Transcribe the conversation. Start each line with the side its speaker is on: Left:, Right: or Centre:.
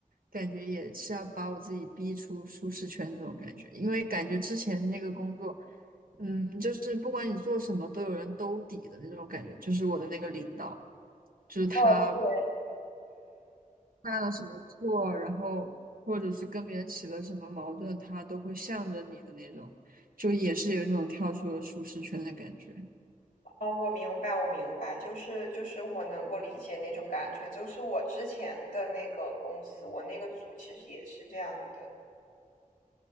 Right: 感觉，也是要把我自己逼出舒适圈那种感觉。因为感觉之前那个工作，嗯，就是不管你做什么，都有人兜底的那种感觉。就是我的那个领导，就是他
Left: 哦，对，
Right: 犯了什么错，然后或者是跟别人起了什么矛盾，他都会向着你的那种，就也是有一种跳出了舒适圈的感觉。
Left: 哦，我明白，我明白，就是就是我能够理解那种感觉，就是我之前的那个公司，我那个组其实也是这样的，